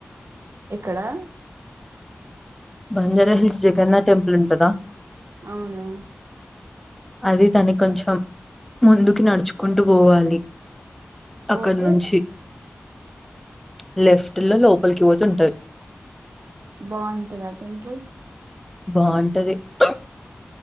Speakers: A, on the right; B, in the centre.
A: ఎక్కడా
B: బంజారా హిల్స్, జగన్నాద్ టెంపుల్ ఉంటదా
A: అవును
B: అది దాన్ని కొంచెం ముందుకి, నడ్చుకుంటూ వోవాలి.
A: పోతే
B: అక్కడు నుంచి ప్చ్ లెఫ్ట్ లో లోప్పలికి వొతుంటది.
A: బావుంటదా టెంపుల్
B: బావుంటది అ